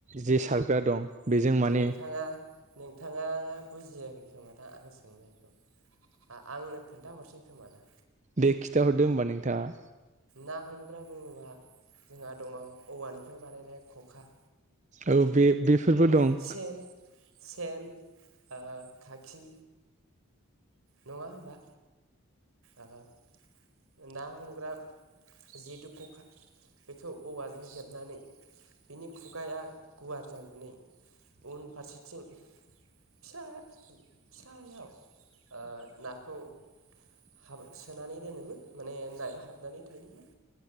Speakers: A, on the right; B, on the right.
A: जे सारग्रा दं। बेजों माने
B: नोंथाङा नोंथाङा बुजियाखै खोमा दा आं सोंनायखौ आं-आंनो खोन्थाहरसै खोमा दा।
A: दे खिथाहरदो होमबा नोंथाङा।
B: ना हमग्रा बुङोबा जोंहा दङ औवानिफ्राय बानायनाय ख'खा।
A: औ बे-बेफोरबो दं।
B: सेन सेन ओ खाखि। नङा होमबा? ओ ना हमग्रा जिहेथु ख'खा बेखौ औवाजों हेबनानै बिनि खुगाया गुवार जानानै उन फारसेथिं फिसा फिसायाव ओ नाखौ हाब सोनानै दोनोमोन, माने नाया हाबनानै थायोमोन।